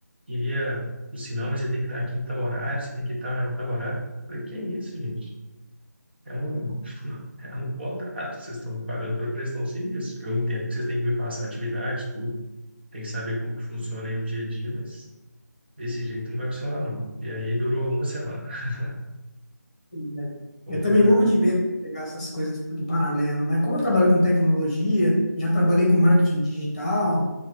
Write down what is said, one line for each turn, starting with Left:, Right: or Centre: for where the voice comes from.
Right: queria, o sinal, mas você tem que estar aqui em tal horário, você tem que estar em tal horário. Eu falei, que é isso, gente? É um, é um contrato, vocês estão me pagando para prestar um serviço. Eu entendo que vocês têm que me passar atividade, tudo, tem que saber como que funciona aí o dia a dia, mas desse jeito não vai funcionar, não. E aí durou uma semana. <laughs>
Left: né?
Right: Complicado.
Left: Eu também morro de medo de pegar essas coisas em paralelo, né? Como eu trabalho com tecnologia, já trabalhei com marketing digital,